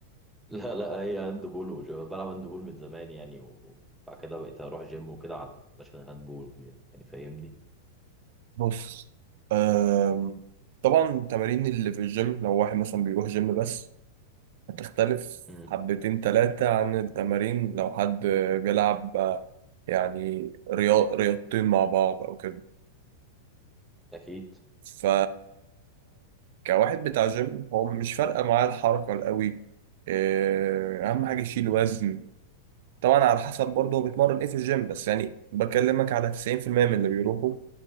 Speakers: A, in the centre; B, on the right.
A: لا لا هي هاند بول وشباب. بلعب هاند بول من زمان يعني وبعد كده بقيت اروح جيم وكده علشان الهاند بول يعني فاهمني
B: بص آم، طبعا التمارين اللي في الجيم لو واحد مثلا بيروح جيم بس هتختلف
A: مم.
B: حبتين تلاتة عن التمارين لو حد بيلعب يعني رياض رياضتين مع بعض أو كده
A: اكيد
B: ف كواحد بتاع جيم هو مش فارقة معاه الحركة القوي إيه، أهم حاجة يشيل وزن طبعا على حسب برضه هو بيتمرن إيه في الجيم بس يعني بكلمك على 90% من اللي بيروحوا